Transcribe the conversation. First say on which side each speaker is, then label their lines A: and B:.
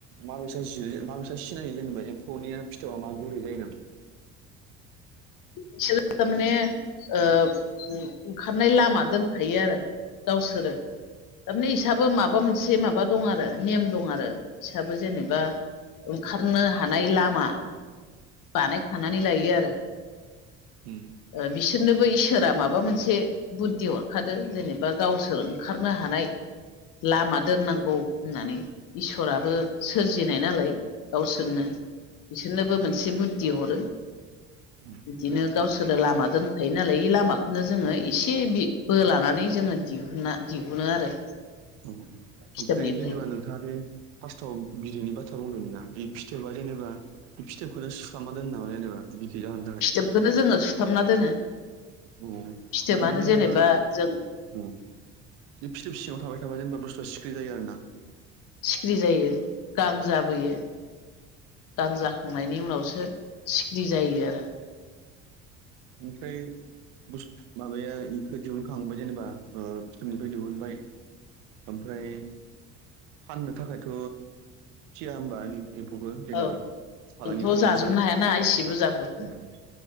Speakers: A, on the right; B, on the left.
A: माबायसा जिरो माबायसा सिनायो जेनेबा एम्फौनिया फिथोबा मा गुरै जायो नामा?
B: बिसोरो तारमाने ओ ओंखारनाय लामा दोनखायो आरो गावसोरो थारमाने इसाबो माबा मोनसे मा बा दं आरो नेम दं आरो फिसाबो जेने बा ओंखारनो हानाय लामा बानायखानानै लायो आरो
A: उम
B: बिसोरनोबो इसोरा माबा मोनसे बुद्धि हरखादो जेनेबा गावसोर ओंखार <unintelligible> हानाय लामा दोननांगौ होननानै इसोराबो सोरजिनाय नालाय गावसोरनो इसोरनोबो मोनसे बुद्धि हरो
A: उम
B: इदिनो गावसोरो लामा दोनखायो नालाय इ लामाखौनो जोङो
A: नो
B: इसे बि बि बोलानानै जोङो दिहुना दिहुनो आरो
A: औ औ ओम
B: फिथोबनिफ्राय
A: ओमफ्राय जेनेबा नों थाङादि फास्टआव बिदैनि बाथ्रा बुंदोंमोनना बि फिथोबा जेनेबा फिथोबखौनो सुथामना दोनो नामा जेनेबा बिदै जाहोनो थाखाय
B: फिथोबखौनो जोङो सुथाबना दोनो
A: औ
B: फिथोबानो
A: माने जेनेबा
B: जों
A: अ फिथोब सिङाव थाबाय थाबा जेनेबा बुस्थुआ सिख्रि जायो आरोना
B: सिख्रि जायो गां जाबोयो गां जाखांनायनि उनावसो सिख्रि जायो आरो
A: ओमफ्राय बुस माबाया इखो दिहुनखांबाय जेनेबा ओ फिथोबनिफ्राय दिहुनबाय ओमफ्राय फाननो थाखायथ फिया होमबा एम्फौखो जेनेबा
B: औ
A: फालांगि
B: जोंथ'
A: खालामनोसो
B: जाजोबनो हायाना इसे बुरजाखौसो
A: उम उम